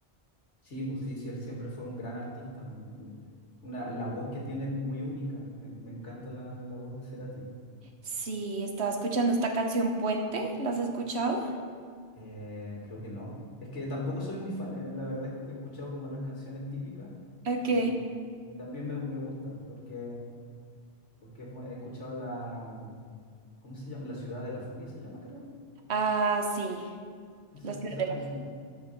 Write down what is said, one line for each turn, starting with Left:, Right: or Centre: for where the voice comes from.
Left: Sí, pues sí, sí, él siempre fue un gran artista. un- Una, la voz que tiene es muy única. Me, en- me encanta la, la voz de Cerati.
Right: Sí, estaba escuchando esta canción Puente, ¿la has escuchado?
Left: Eh, creo que no. Es que tampoco soy muy fan, eh, la verdad, escu- he escuchado como las canciones típicas
Right: Ok.
Left: y también me, me gusta porque, porque es bu- he escuchado la, ¿cómo se llama? La Ciudad de la Furia se llama, creo.
Right: Ah, sí,
Left: Esa,
Right: la ciudad
Left: esa
Right: de
Left: canción.
Right: la...